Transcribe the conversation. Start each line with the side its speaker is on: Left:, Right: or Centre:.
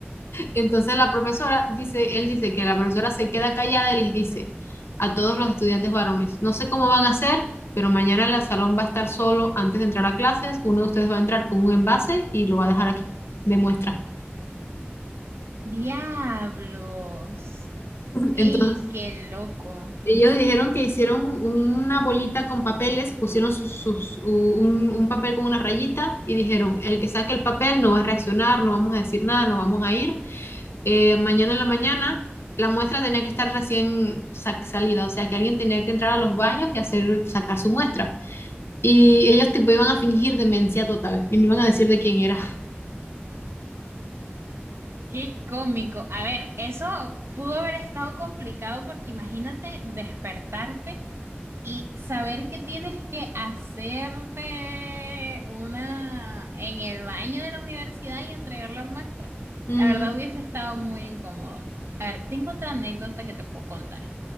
Left: Entonces la profesora dice, él dice que la profesora se queda callada y les dice a todos los estudiantes varones, no sé cómo van a hacer, pero mañana el salón va a estar solo antes de entrar a clases, uno de ustedes va a entrar con un envase y lo va a dejar aquí, de muestra.
Right: Diablos.
Left: <laughs>
Right: ¡Ey,
Left: Entonces,
Right: qué loco!
Left: ellos dijeron que hicieron una bolita con papeles, pusieron sus, sus- u- un, un papel con una rayita y dijeron, el que saque el papel no va a reaccionar, no vamos a decir nada, no vamos a ir, eh, mañana en la mañana, la muestra tenía que estar recién sa- salida, o sea que alguien tenía que entrar a los baños y hacer, sacar su muestra. Y ellos tipo iban a fingir demencia total y no iban a decir de quién era.
Right: ¡Qué cómico! A ver, eso pudo haber estado complicado porque imagínate despertarte Y saber que tienes que hacerte una en el baño de la universidad y entregar la muestra,
Left: Ujú,
Right: la verdad hubiese estado muy incómodo. A ver, tengo otra anécdota que te puedo contar,